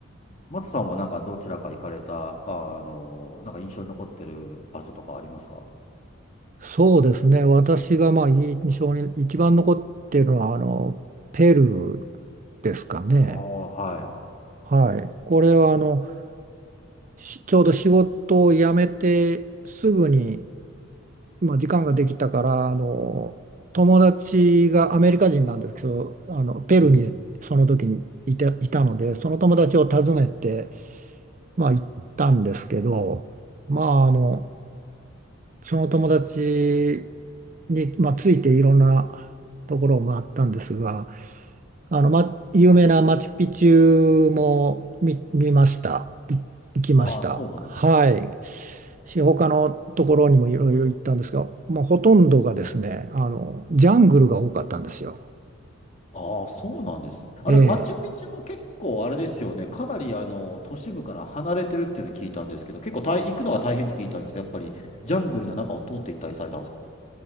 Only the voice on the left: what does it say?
松さんはなんかどちらか行かれた、あの、なんか印象に残ってる場所とかありますか
ああ、はい。
うん。
ああ、そうなんですね。
ああ、そうなんです。あれ、
マチュピチュも結構あれですよね。かなりあの、都市部から離れてるっていうのを聞いたんですけど、結構大行くのが大変って聞いたんですけど、やっぱりジャングルの中を通って行ったりされたんですか